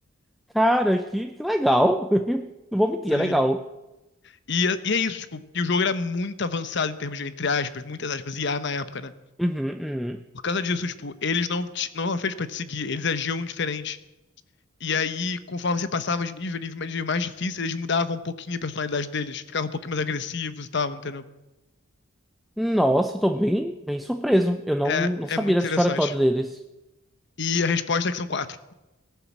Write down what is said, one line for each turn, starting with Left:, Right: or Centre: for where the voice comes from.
Centre: Cara, que, que legal. <laughs> Não vou mentir,
Left: Sei.
Centre: é legal.
Left: E, é- e é isso, tipo, e o jogo era muito avançado em termos de, entre aspas, muitas aspas, I a na época, né?
Centre: Uhum, uhum.
Left: Por causa disso, tipo, eles não, te- não eram feitos pra te seguir, eles agiam diferente. E aí, conforme você passava de nível, nível mais, mais difícil, eles mudavam um pouquinho a personalidade deles, ficavam um pouquinho mais agressivos e tal, entendeu?
Centre: Nossa, eu tô bem, bem surpreso. Eu não,
Left: É,
Centre: não sabia
Left: é muito
Centre: dessa
Left: interessante.
Centre: história toda deles.
Left: E a resposta é que são quatro.